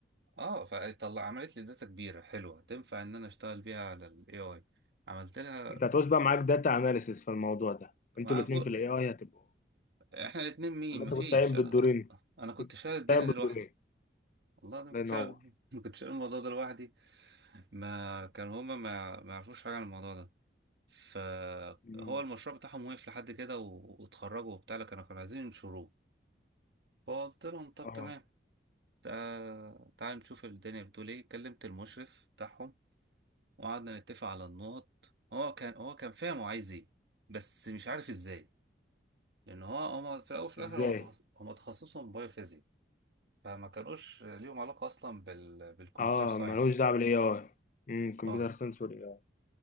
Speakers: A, on the right (about 70°); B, on the left (about 45°).
A: اه فطلع عملت لي داتا كبيره حلوه تنفع ان انا اشتغل بيها على الاي اي عملت لها
B: انت هتعوز بقى معاك داتا اناليسيس في الموضوع ده انتوا
A: ما
B: الاتنين
A: كو...
B: في الاي اي هتبقوا
A: احنا الاثنين مين
B: ولا انت
A: مفيش
B: كنت قايم
A: انا
B: بالدورين
A: انا كنت
B: كنت
A: شايل الدنيا
B: قايم
A: دي
B: بالدورين
A: لوحدي والله انا
B: الله
A: كنت
B: ينور
A: شايل <laughs> كنت شايل الموضوع ده لوحدي ما كان هما ما, يع- ما يعرفوش حاجه عن الموضوع ده فهو
B: م.
A: المشروع بتاعهم وقف لحد كده و... واتخرجوا وبتاع لكن كانوا كانوا عايزين ينشروه فقلت لهم طب
B: اه
A: تمام تع- تعال نشوف الدنيا بتقول ايه كلمت المشرف بتاعهم وقعدنا نتفق على النقط هو كان هو كان فاهم هو عايز ايه بس مش عارف ازاي لان هو هما في الاول وفي الاخر
B: ازاي
A: هو تخص... هما تخصصهم بايوفيزيك فما كانوش ليهم علاقه اصلا بال... بالكمبيوتر
B: اه
A: ساينس
B: ملوش دعوة بالاي اي امم كمبيوتر
A: اه
B: ساينس والاي اي